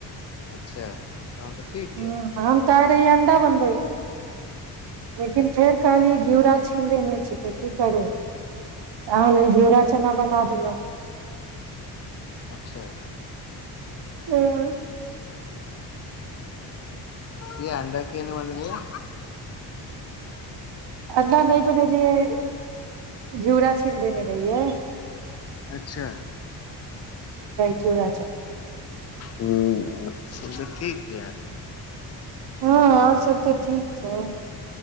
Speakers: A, on the left (about 40°); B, on the right (about 75°).
A: अच्छा तहन तऽ ठीक
B: ह
A: यऽ
B: आ तार ई अणडा बन लेकिन फेर कहलियै घिउरा छीिले नहि छी तऽ की करू अहाँ लेल घिउरा चना बना देलहु
A: अच्छा
B: ह
A: क अन्द क नहि बनलियए
B: अलना नहि बनेेली है घिराा छील देने रहहि है
A: अच्छा
B: जोरा चल
A: ह सब तऽ ठीक य
B: हँ आओर सब तऽ ठीक छैौ